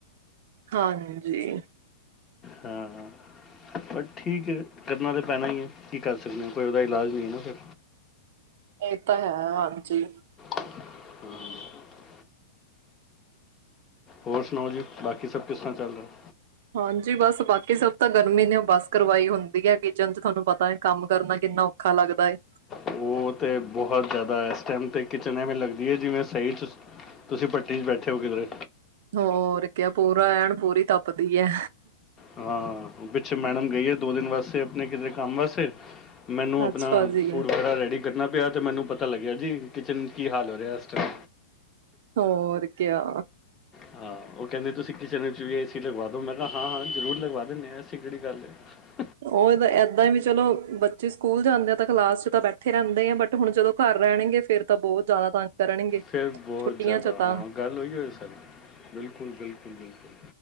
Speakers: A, on the right; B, on the left.
A: ਹਾਂਜੀ
B: ਹਾਂ ਬ ਠੀਕ ਹੈ ਕਰਨਾ ਤਾਂ ਪੈਣਾ ਹੀ ਹੈ ਕੀ ਕਰ ਸਕਦੇ ਹੋ ਕੋਈ ਉਹਦਾ ਇਲਾਜ ਨਹੀਂ ਹੈ ਨਾ ਫਿਰ
A: ਇਹ ਤਾਂ ਹੈ ਹਾਂਜੀ
B: ਹਮ ਹੋਰ ਸੁਣਾਓ ਜੀ ਬਾਕੀ ਸਭ ਕਿਸ ਤਰ੍ਹਾਂ ਚੱਲ ਰਿਹਾ
A: ਹਾਂਜੀ ਬਸ ਬਾਕੀ ਸਭ ਤਾਂ ਗਰਮੀ ਨੇ ਬੱਸ ਕਰਵਾਈ ਹੁੰਦੀ ਹੈ ਕਿਚਨ ਚ ਤੁਹਾਨੂੰ ਪਤਾ ਹੈ ਕੰਮ ਕਰਨਾ ਕਿੰਨਾ ਔਖਾ ਲੱਗਦਾ ਹੈ
B: ਉਹ ਤੇ ਬਹੁਤ ਜ਼ਿਆਦਾ ਇਸ ਕਿਚਨ ਐਵੇਂ ਲੱਗਦੀ ਹੈ ਜਿਵੇਂ ਸਹੀ ਚ ਤੁਸੀਂ ਪੱਟੀ ਚ ਬੈਠੇ ਹੋ ਕਿਧਰੇ
A: ਹੋਰ ਕਿਹਾਿਆ ਪੂਰਾ ਐਨ ਪੂਰੀ ਤਪਦੀ ਹੈ
B: ਹਾਂ ਪਿੱਛੇ ਮੈਡਮ ਗਈ ਹੈ ਦੋ ਦਿਨ ਵਾਸਤੇ ਆਪਣੇ ਕਿਤੇ ਕੰਮ ਵਾਸਤੇ ਮੈਨੂੰ ਆਪਣਾ
A: ਅੱਛਾ ਜੀ
B: ਫੂਡ ਵਗੈਰਾ ਰੈਡੀ ਕਰਨਾ ਪਿਆ ਤੇ ਮੈਨੂੰ ਪਤਾ ਲੱਗਿਆ ਜੀ ਕਿਚਨ ਕੀ ਹਾਲ ਹੋ ਰਿਹਾ ਟਮ
A: ਹੋਰਕਿਆ
B: ਹਾਂ ਉਹ ਕਹਿੰਦੇ ਤੁਸੀਂ ਕਿਚਨ ਵਿੱਚ ਵੀ ਏ ਸੀ ਲਗਵਾ ਦੋ ਮੈਂ ਤਾਂ ਹਾਂ ਹਾਂ ਜ਼ਰੂਰ ਲਗਵਾ ਦਿੰਦੇ ਹਾਂ ਅਸੀਂ ਕਿੜੀ ਗੱਲ ਹੈ
A: ਉਹ ਤਾਂ ਇਏਦਾਂ ਹੀ ਵੀ ਚਲੋ ਬੱਚੇ ਸਕੂਲ ਜਾਂਦੇ ਆ ਤਾਂ ਕਲਾਸ ਚ ਤਾਂ ਬੈਠੇ ਰਹਿੰਦੇ ਆ ਬਟ ਹੁਣ ਜਦੋਂ ਘਰ ਰਹਿਣਗੇ ਫੇਿਰ ਤਾਂ ਬਹੁਤ ਜ਼ਿਆਦਾ ਤੰਗ ਕਰਨਗੇ
B: ਫਿਰ
A: ਛੁੱਟੀਆਂ
B: ਬਹੁਤ ਜ਼ਿਆਦਾ
A: ਚ ਤਾਂ
B: ਹਾਂ ਗੱਲ ਹੋਈ ਹੋਵੇ ਸਰ ਬਿਲਕੁਲ ਬਿਲਕੁਲ ਬਿਲਕੁਲ